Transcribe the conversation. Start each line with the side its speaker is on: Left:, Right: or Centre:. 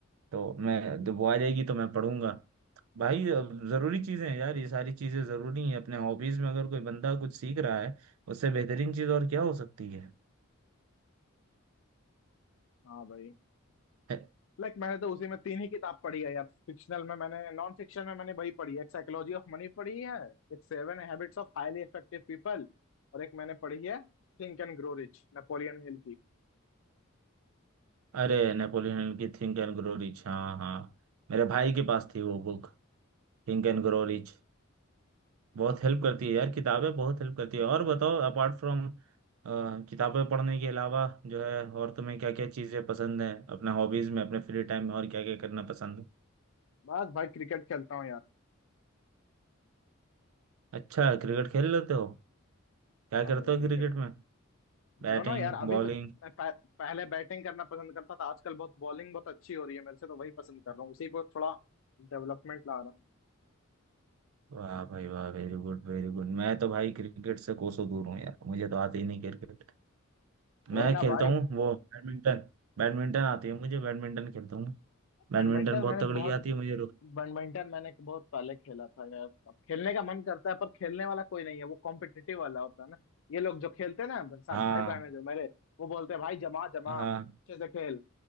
Right: तो मैं जब वो आ जाएगी तो मैं पढ़ूंगा भाई अ, जरूरी चीजें हैं यार ये सारी चीजें जरूरी हैं अपने हॉबीज में अगर कोई बंदा कुछ सीख रहा है उससे बेहतरीन चीज और क्या हो सकती है
Left: हाँ भाई
Right: है-
Left: लाइक मैंने तो उसी में तीन ही किताब पढ़ी है यार फिक्शनल में मैंने नॉन फिक्शन में मैंने वही पढ़ी है एक साइकोलॉजी ऑफ मनी पढ़ी है एक seven habits of highly effective people और एक मैंने पढ़ी है think and grow rich Napoleon Hill की
Right: अरे नेपोलियन की थिंक एंड ग्रो रिच हाँ हाँ मेरे भाई के पास थी वो book think and grow rich बहुत हेल्प करती है यार किताबें बहुत हेल्प करती है और बताओ अपार्ट फ्रॉम किताबें पढ़ने के अलावा जो है और तुम्हें क्या क्या चीज़ें पसंद है अपने हॉबीज में अपने फ्री टाइम में और क्या क्या करना पसंद है
Left: बस भाई क्रिकेट खेलता हूँ यार
Right: अच्छा क्रिकेट खेल लेते हो क्या
Left: हाँ
Right: करते
Left: भाई
Right: हो
Left: क्रिकेट
Right: क्रिकेट में बैटिंग
Left: दोनों यार अभी
Right: बॉलिंग
Left: तो मैं पह, पहले बैटिंग करना पसंद करता था आजकल बहुत बॉलिंग बहुत अच्छी हो रही है मेरे से तो वही पसंद कर रहा हूँ उसी पर थोड़ा डेवलपमेंट ला रहा हूँ
Right: वाह भाई वाह वेरी गुड वेरी गुड मैं तो भाई क्रिकेट से कोसों दूर हूँ यार मुझे तो आती ही नहीं क्रिकेट
Left: वही
Right: मैं
Left: ना
Right: खेलता
Left: भाई
Right: हूँ वो बैडमिंटन बैडमिंटन आती है मुझे बैडमिंटन खेलता हूँ बैडमिंटन
Left: बैडमिंटन
Right: बहुत
Left: मैंने
Right: तगड़ी
Left: बहुत
Right: आती है मुझे रो-
Left: बैडमिंटन मैंने बहुत पहले खेला था यार अब खेलने का मन करता है पर खेलने वाला कोई नहीं है वो कॉम्पिटिटिव वाला होता है ना ये लोग जो खेलते हैं ना मेरे साथ
Right: हाँ
Left: भाई बहन है जो मेरे वो बोलते हैं भाई जमा जमा
Right: हाँ
Left: अच्छे से खेल